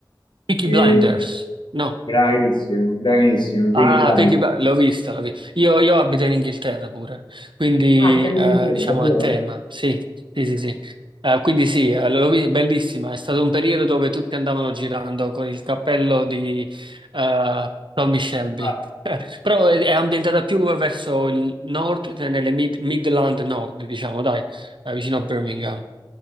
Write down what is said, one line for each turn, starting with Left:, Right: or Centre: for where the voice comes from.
Right: Peaky
Left: Eh,
Right: Blinders, no.
Left: bravissimo, bravissimo, Peaky
Right: Ah,
Left: Blinders.
Right: Peggy Ba- l'ho vista, l'ho vista. Io, io abito in Inghilterra pure, quindi
Left: Ah, sta in
Right: eh,
Left: Inghilterra,
Right: diciamo
Left: allora.
Right: a tema, sì, sì, sì, sì. Eh, quindi sì, eh,
Left: Eh,
Right: l'ho vista, bellissima, è stato un periodo dove tutti andavano girando con il cappello di eh, Tommy Shelby,
Left: guarda.
Right: <laughs> Eh, però è, è ambientata più verso il nord, cioè nelle Mid- Midland Nord, diciamo, dai, eh, vicino a Birmingham.